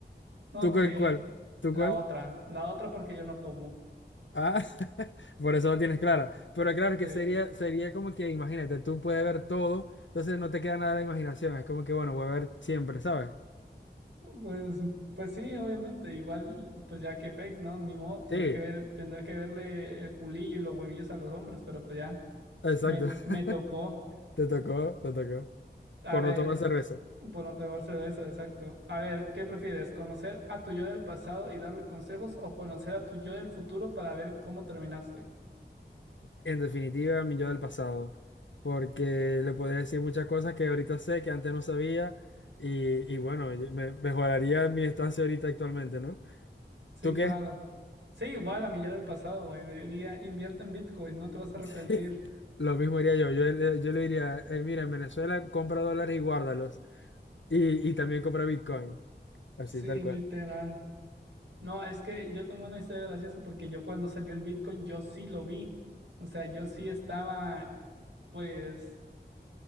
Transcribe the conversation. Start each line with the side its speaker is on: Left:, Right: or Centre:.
Right: Ok,
Left: ¿Tú cuál, cuál? ¿Tú
Right: la
Left: cuál?
Right: otra, la otra porque yo no tomo.
Left: Ah, <laughs> por eso no tienes claro. Pero claro
Right: Sí,
Left: que sería, sería como que, imagínate, tú puedes ver todo, entonces no te queda nada de la imaginación. Es como que, bueno, voy a ver siempre, ¿sabes?
Right: Pues, pues sí, obviamente, igual, pues ya que pex, ¿no? Ni modo, tendré
Left: Sí,
Right: que ver, tendré que verle el culillo y los huevillos a los hombres, pero pues ya,
Left: exacto.
Right: me, me
Left: <laughs>
Right: tocó.
Left: Te tocó, te tocó.
Right: A
Left: Por
Right: ver,
Left: no tomar cerveza.
Right: bueno, tomar cerveza, exacto. A ver, ¿qué prefieres? ¿Conocer a tu yo del pasado y darle consejos o conocer a tu yo del futuro para ver cómo terminaste?
Left: En definitiva, mi yo del pasado. Porque le podría decir muchas cosas que ahorita sé, que antes no sabía. Y, y bueno, yo- me, mejoraría mi estancia ahorita actualmente, ¿no?
Right: Sí,
Left: ¿Tú
Right: claro.
Left: qué?
Right: Sí, igual a mi yo del pasado, y le diría, invierte en Bitcoin, no te vas a
Left: <laughs>
Right: arrepentir.
Left: Sí, Lo mismo haría yo. Yo, le- yo le diría, eh, mira, en Venezuela compra dólares y guárdalos. Y, y también compra Bitcoin, así
Right: Sí,
Left: tal cual.
Right: literal. No, es que yo tengo una historia graciosa porque yo cuando salió el Bitcoin yo sí lo vi. O sea, yo sí estaba, pues,